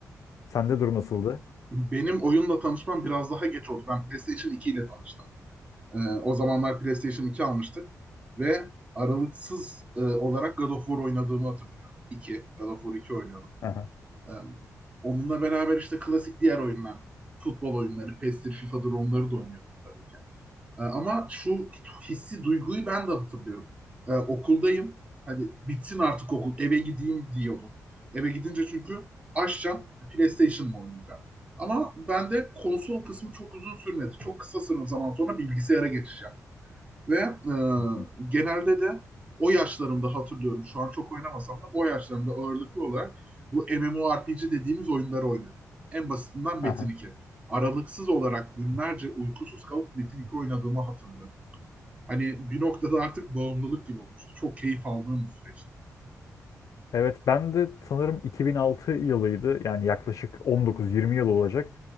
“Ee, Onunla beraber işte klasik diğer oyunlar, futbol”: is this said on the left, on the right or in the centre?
Right